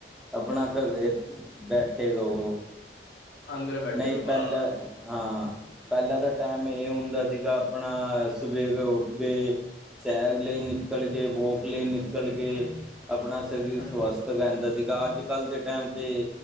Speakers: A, in the centre; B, on the left.
A: ਆਪਣਾ ਘ ਬੈਠੇ ਰਹੋ।
B: ਅੰਦਰ ਬੈਠੇ
A: ਨਹੀਂ
B: ਰਹੋ ਬਾਹਰ
A: ਪਹਿਲਾਂ ਹਾਂ। ਪਹਿਲਾਂ ਤਾਂ ਟਾਈਮ ਇਹ ਹੁੰਦਾ ਸੀਗਾ ਆਪਣਾ ਸਵੇਰੇ ਉੱਠ ਦੇ। ਸੈਰ ਲਈ ਨਿਕਲਕੇ, ਵੋਕ ਲਈ ਨਿਕਲ ਕੇ ਆਪਣਾ ਸਰੀਰ
B: ਹਾਂਜੀ
A: ਸਵਸਥ ਰਹਿੰਦਾ ਸੀਗਾ। ਅੱਜ-ਕੱਲ੍ਹ ਦੇ ਟਾਈਮ ਤੇ